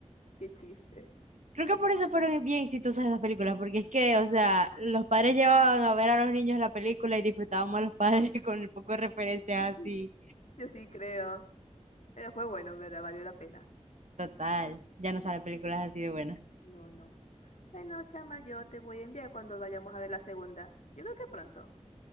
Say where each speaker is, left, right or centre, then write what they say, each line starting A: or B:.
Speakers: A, on the left; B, on the right.
A: Qué chiste.
B: Creo que por eso fueron bien exitosas esas películas, porque es que, o sea, los padres llevaban a ver a los niños la película y disfrutábamos a los padres <laughs> con el poco de referencias
A: <laughs>
B: así.
A: Yo sí creo. Pero fue bueno, en verdad, valió la pena.
B: Total, ya no salen películas así de buenas.
A: No, no. Bueno, chama, yo te voy a enviar cuando vayamos a ver la segunda. Yo creo que pronto.